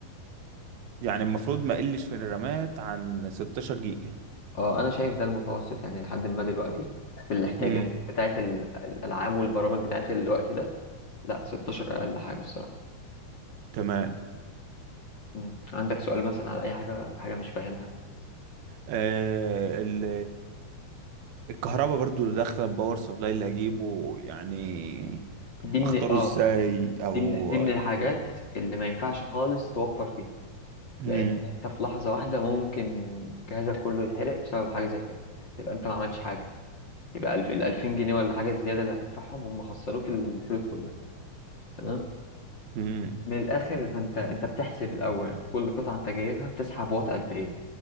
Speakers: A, on the right (about 80°); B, on the left (about 40°).
A: يعني المفروض ما قلش في الرامات عن 16 جيجا
B: اه انا شايف ده المتوسط يعني لحد ما دلوقتي في الاحتياجات
A: امم
B: بتاعت ال- الالعاب والبرامج بتاعت الوقت ده لا 16 اقل حاجه الصراحه
A: تمام
B: مم. عندك سؤال مثلا على اي حاجه في حاجه مش فاهمها
A: آه ال الكهرباء برضو اللي داخله الباور سبلاي اللي هجيبه يعني
B: دي من
A: اختاره
B: اه
A: ازاي او
B: دي من دي من الحاجات اللي ما ينفعش خالص توفر فيه
A: امم
B: لان انت في لحظه واحده ممكن جهازك كله يتحرق بسبب حاجه زي كده يبقى انت ما عملتش حاجه يبقى الف- ال 2000 جنيه ولا حاجه الزياده اللي هتدفعهم هم خسروك الفلوس كلها تمام.
A: امم
B: من الاخر فانت انت بتحسب الاول كل قطعه انت جايبها بتسحب واط قد ايه